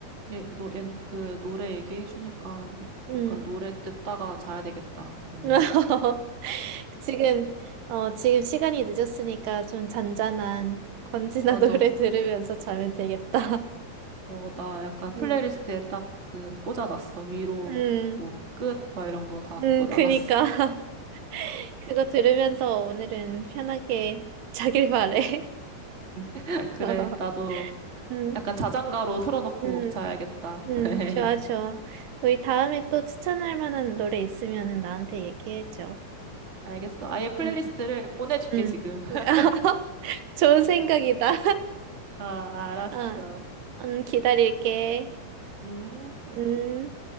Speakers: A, on the right; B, on the right.
A: 얘, 너, 얘, 그 노래 얘기해 주니까
B: 응.
A: 약간 노래 듣다가 자야 되겠다. 어.
B: <laughs> 지금, 어, 지금 시간이 늦었으니까 좀 잔잔한 권지나
A: 맞아.
B: <laughs> 노래 들으면서 자면 되겠다.
A: 어, 나 약간 플레이리스트에
B: 음.
A: 딱 그 꽂아놨어. 위로
B: 음,
A: 뭐 끝 막 이런 거 다
B: 음,
A: 꽂아놨어.
B: 그니까. <laughs> 그거 들으면서 오늘은 편하게 자길 바래. <laughs>
A: <laughs> 그래.
B: 어.
A: 나도
B: 음,
A: 약간 자장가로 틀어놓고
B: 음,
A: 자야겠다.
B: 음,
A: <laughs>
B: 좋아, 좋아. 우리 다음에 또 추천할 만한 노래 있으면은 나한테 얘기해줘.
A: 알겠어. 아예 플레이리스트를
B: 응
A: 보내줄게
B: 응
A: 지금. <laughs>
B: <laughs> 좋은 생각이다. <laughs>
A: 아, 알았어.
B: 어, 음, 기다릴게.
A: 음.
B: 음.